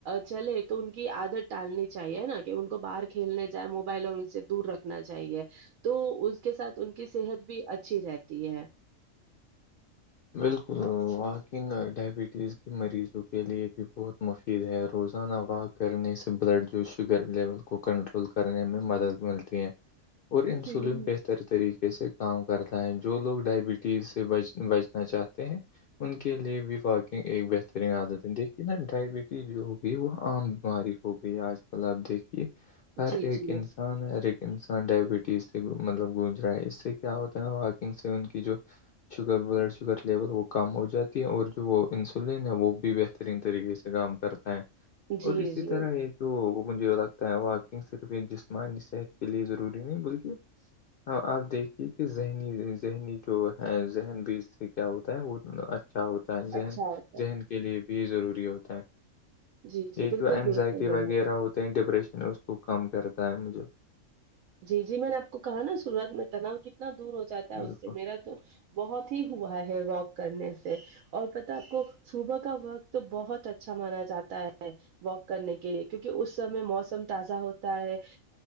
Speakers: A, on the right; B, on the left.
A: چلے تو ان کی عادت ٹالنی چاہیے نا کہ ان کو باہر کھیلنے جائے موبائل اور ان سے دور رکھ نا چاہیے تو اس کے ساتھ ان کی صحت بھی اچھی رہتی ہے
B: بالکل واکنگ ڈائبٹیز کے مریضوں کے لیے بھی بہت مفید ہے روزانہ واک کرنے سے بلڈ جو شوگر لیول کو کنٹرول کرنے میں مدد ملتی ہے
A: <inaudible>
B: اور انسولین
A: جی
B: بہتر طریقے سے کام کرتا ہے جو لوگ ڈائبٹیز سے ب بچ چاہتے ہیں ان کے لیے بھی واکنگ ایک بہترین عادت ہے دیکھیے نا ڈائبٹیز جو ہوگی وہ عام بیماری ہوگی آج کل آپ دیکھیے ہر
A: جی
B: ایک
A: جی
B: انسان انان ہر ایک انسان ڈائبٹیز سے مطلب گونج رہا ہے اس سے کیا ہوتا ہے واکنگ سے ان کی جو شکر ب <unintelligible> <inaudible> شوگر لیول وہ کم ہو جاتی ہے اور جو انسولین ہے وہ بھی بہترین طریقے سے کام کر ہے
A: جی
B: اور اسی
A: جی
B: طرح ایک تو مجھے لگتا ہے واکنگ صرف ایک جسمانی صحت کے لیے ضروری نہیں بلکہ آپ دیکھیے کہ ذہنی ذہنی جو ہے ذہن بھی کیا ہوتا ہے وہ اچھا ہوتا ہے ذہن
A: اچھا ہوتا
B: ذہن
A: ہے
B: کے لیے بھی ضروری ہوتا ہے
A: جی جی
B: یہ
A: بالکل
B: جو اینزائٹی
A: درست فرمایا
B: وغیرہ
A: آپ نے
B: ہوتے ہیں ڈپریشن اس کو کم کرتا ہے مجھے
A: جی جی میں نے آپ کو کہا نا شروعات میں تناؤ کتنا دور ہو جاتا
B: بالکل
A: ہے اس سے میرا تو بہت ہی ہوا ہے واک کرنے سے اور پتہ ہے آپ کو صبح کا وقت بہت اچھا مانا جاتا ہے واک کرنے کے لیے کیونکہ اس سمے موسم تازہ ہوتا ہے